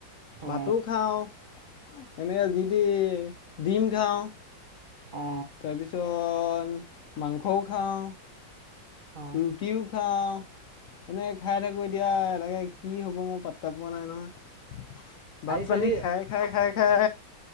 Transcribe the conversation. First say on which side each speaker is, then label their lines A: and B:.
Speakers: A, on the right; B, on the left.
A: অ
B: ভাতো খাওঁ। এনে যি টি ডিম খাওঁ।
A: অ
B: তাৰপিছত মাংসও খাওঁ
A: অ
B: ৰুটিও খাওঁ। এনেই খাই থাকোঁ এতিয়া এনেকে কি হ'ব মই পাত্তা পোৱা নাই নহয়। ভাত
A: আজি
B: পানী
A: চাজি
B: খাই খাই খাই খাই